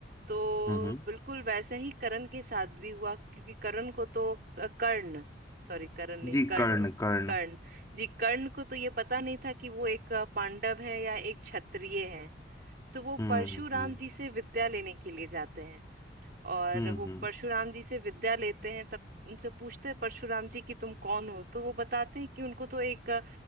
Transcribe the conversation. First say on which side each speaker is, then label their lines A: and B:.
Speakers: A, on the right (about 50°); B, on the left (about 20°).
A: तो
B: हम्म हम्म,
A: बिल्कुल वैसे ही कर्ण के साथ भी हुआ क्योंकि कर्ण को तो अ, कर्ण सॉरी कर्ण नहीं
B: जी
A: कर्ण
B: कर्ण कर्ण
A: कर्ण जी कर्ण को तो ये पता नहीं था कि वो एक अ, पांडव है या एक क्षत्रिय है तो वो
B: हम्म
A: परशुराम
B: हम्म
A: जी से विद्या लेने के लिए जाते हैं और
B: हम्म
A: वो
B: हम्म,
A: परशुराम जी से विद्या लेते हैं तब उनसे पूछते हैं परशुराम जी कि तुम कौन हो तो वो बताते हैं कि उनको तो एक अ,